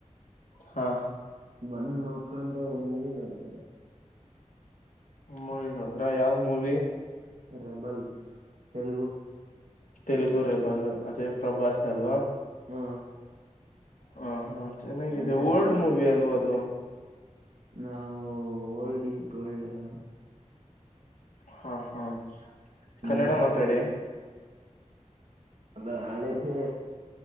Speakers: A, on the left (about 85°); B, on the right (about 60°).
A: ಹಾ
B: ಬಂದ್ ಮುಲ್ಕೊಂಡು ಮೂವಿ ನೋಡ್ದೆ.
A: ಮೂವಿ ನೋಡುದ್ರ ಯಾವ್ movie.
B: Rebel Telugu.
A: Telugu rebel ಅದೇ ಪ್ರಭಾಸ್ ದಲ್ವ್
B: ಹ
A: ಹಾ ಹಾ ಚೆನ್ನಾಗಿದೆ
B: ನೋಡ್ಬಿಟ್ಟು
A: ಓಲ್ಡ್ ಮೂವಿ ಅಲ್ವ ಅದು.
B: ನಾವು ಓಲ್ಡ್ ಇಸ್ ಗೋಲ್ಡ್ ಅನೊ
A: ಹಾ ಹಾ
B: ಹ್ಮ್
A: ಕನ್ನಡ ಮಾತಾಡಿ.
B: ಅದ ಹಳೆದೆ